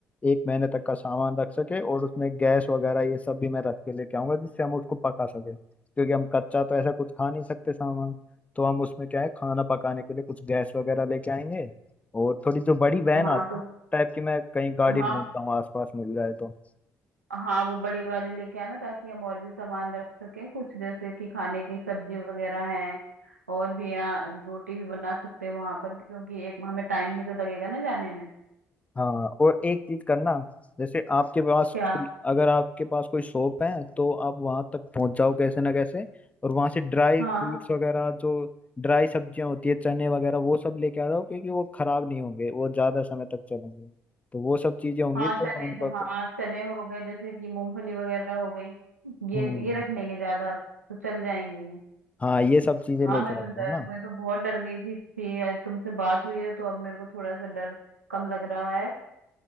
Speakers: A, on the left; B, on the right.
A: एक महीने तक का सामान रख सके और उसमें गैस वगैरह ये सब भी मैं रख के लेके आऊंगा जिससे हम उसको पका सके क्योंकि हम कच्चा तो ऐसा कुछ खा नहीं सकते सामान तो हम उसमें क्या है खाना पकाने के लिए कुछ गैस वगैरह लेके आएंगे और थोड़ी जो बड़ी वैन
B: हाँ
A: आती
B: तो
A: है टाइप की मैं कहीं गाड़ी
B: हाँ
A: ढूंढता हूँ आसपास मिल जाए तो
B: हाँ वो बड़ी वाली लेके आना ताकि हम और भी सामान रख सकें कुछ जैसे कि खाने की सब्जी वगैरह है और भी यहाँ रोटी भी बना सकते हैं वहां पर क्योंकि एक हमें टाइम भी तो लगेगा ना जाने में
A: हाँ और एक चीज करना जैसे आपके पास
B: क्या
A: कोई अगर आपके पास कोई शॉप है तो आप वहां तक पहुंच जाओ कैसे ना कैसे और वहां से ड्राई
B: हाँ
A: फ्रूट्स वगैरह जो ड्राई सब्जियां होती है चने वगैरह वो सब लेके आ जाओ क्योंकि वो खराब नहीं होंगे वो ज्यादा समय तक चलेंगे तो वो सब चीजें होंगी
B: हाँ
A: तो
B: चने
A: हमारे पास
B: हाँ चने हो गए जैसे कि मूंगफली वगैरह हो गई ये
A: हम्म
B: ये रख लेंगे ज्यादा तो चल जाएंगी ये
A: हाँ ये सब चीजें
B: हाँ
A: लेके
B: मैं तो
A: आ जाओ
B: डर
A: ना
B: मैं तो बहुत डर गई थी, थी आज तुमसे बात हुई है तो अब मेरे को थोड़ा सा डर कम लग रहा है